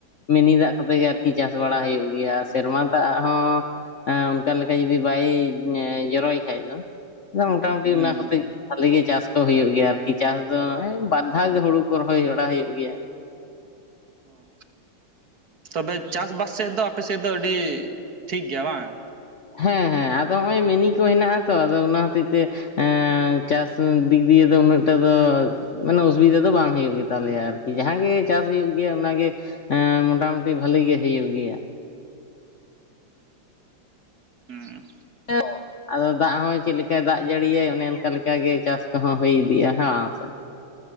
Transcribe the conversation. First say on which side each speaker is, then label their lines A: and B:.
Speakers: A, on the left (about 55°); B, on the right (about 50°).
A: ᱢᱤᱱᱤ ᱫᱟᱜ ᱠᱚᱛᱮ ᱜᱮ ᱟᱨᱠᱤ ᱪᱟᱥ ᱵᱟᱲᱟ ᱦᱩᱭᱩᱜ ᱜᱮᱭᱟ᱾ ᱥᱮᱨᱢᱟ ᱫᱟᱜ ᱦᱚᱸ ᱦᱮᱸ ᱚᱱᱠᱟ ᱞᱮᱠᱟ ᱡᱩᱫᱤ ᱵᱟᱭ ᱧᱮ ᱡᱚᱨᱚᱭ ᱠᱷᱟᱡ ᱫᱚ ᱟᱫᱚ ᱢᱚᱴᱟ ᱢᱩᱴᱤ
B: ᱦᱩᱸ
A: ᱚᱱᱟ ᱠᱚᱛᱮ ᱜᱤ ᱵᱷᱟᱹᱞᱤ ᱜᱤ ᱪᱟᱥ ᱠᱚ ᱦᱩᱭᱩᱜ ᱜᱮᱭᱟ ᱟᱨᱼᱼ ᱠᱤ ᱪᱟᱥ ᱫᱚ ᱱᱚᱜ-ᱚᱸᱭ ᱵᱟᱨ ᱫᱷᱟᱣ ᱜᱮ ᱦᱩᱲᱩ ᱠᱚ ᱨᱚᱦᱚᱭ ᱵᱟᱲᱟ ᱦᱩᱭᱩᱜ ᱜᱮᱭᱟ᱾
B: ᱦᱩᱸ ᱛᱚᱵᱮ ᱪᱟᱥᱼᱵᱟᱥ ᱥᱮᱜ ᱫᱚ ᱟᱯᱮ ᱥᱮᱜ ᱫᱚ ᱟᱹᱰᱤ ᱴᱷᱤᱠ ᱜᱮᱭᱟ ᱵᱟᱝ?
A: ᱦᱮᱸ ᱦᱮᱸ ᱟᱫᱚ ᱦᱚᱸᱜ-ᱚᱭ ᱢᱤᱱᱤ ᱠᱚ ᱦᱮᱱᱟᱜ- ᱟ ᱛᱚ᱾ ᱟᱫᱚ ᱚᱱᱟ ᱦᱚᱛᱮᱡ ᱛᱮᱼᱼ ᱮᱸ ᱪᱟᱥ ᱫᱤᱠ ᱫᱤᱭᱮ ᱫᱚ ᱩᱱᱟᱹᱜ ᱴᱟ ᱫᱚᱼᱼ ᱢᱟᱱᱮ ᱚᱥᱩᱵᱤᱫᱟ ᱫᱚ ᱵᱟᱝ ᱦᱩᱭᱩᱜ ᱜᱮ ᱛᱟᱞᱮᱭᱟ ᱟᱨᱠᱤ ᱡᱟᱦᱟᱸ ᱜᱮ ᱪᱟᱥ ᱦᱩᱭᱩᱜ ᱜᱮᱭᱟ ᱚᱱᱟ ᱜᱮᱼᱼ ᱮᱸᱻ ᱢᱚᱴᱟᱼᱢᱩᱴᱤ ᱵᱷᱟᱞᱤ ᱜᱮ ᱦᱩᱭᱩᱜ ᱜᱮᱭᱟ᱾
B: ᱦᱩᱸ᱾
A: <unintelligible> ᱟᱫᱚ ᱫᱟᱜ ᱦᱚᱸ ᱪᱮᱜ ᱞᱮᱠᱟᱭ ᱫᱟᱜ ᱡᱟᱹᱲᱤ ᱭᱟᱭ ᱚᱱᱮ ᱚᱱᱠᱟ ᱞᱮᱠᱟ ᱜᱮ ᱪᱟᱥ ᱠᱚᱦᱚᱸ ᱦᱩᱭ ᱤᱫᱤᱜ-ᱟ ᱦᱮᱸ ᱵᱟᱝ ᱥᱮ᱾